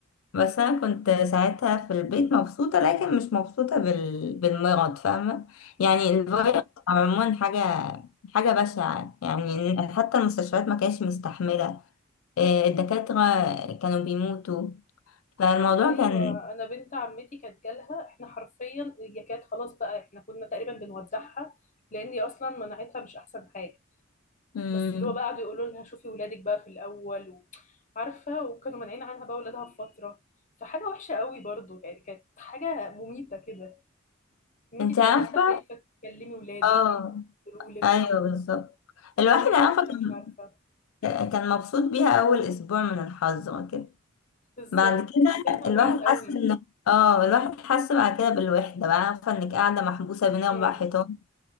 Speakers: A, on the left; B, on the left.
A: بس أنا كنت ساعتها في البيت مبسوطة لكن مش مبسوطة بال... بالمرض فاهمة يعني الفيروس عموما حاجة حاجة بشعة يعني حتى المستشفيات ما كانتش مستحملة آه، الدكاترة كانوا بيموتوا فالموضوع
B: ايوه
A: كان
B: انا بنت عمتي كانت جالها احنا حرفيا اليكات خلاص بقى احنا كنا تقريبا بنودعها لان هي اصلا مناعتها مش احسن حاجه
A: امم
B: بس اللي هو بقى قعدوا يقولوا لها شوفي ولادك بقى في الاول و... عارفه وكانوا مانعين عنها بقى ولادها في فتره فحاجه وحشه قوي برضو يعني كانت حاجه مميته كده ان انت
A: انت عارفة
B: تبقى حتى خايفه تكلمي ولادك
A: اه
B: خايفه يقولوا لك
A: ايوه بالظبط الواحد
B: اهلك
A: عارفة
B: حتى
A: كان
B: مش عارفه
A: ك- كان مبسوط بيها اول اسبوع من الحظ كده
B: بالظبط
A: بعد كده
B: بس هي طولت
A: الواحد
B: قوي
A: حس ان اه الواحد حس بعد كده بالوحدة بقى عارفة انك قاعدة محبوسة بين اربع
B: امم
A: حيطان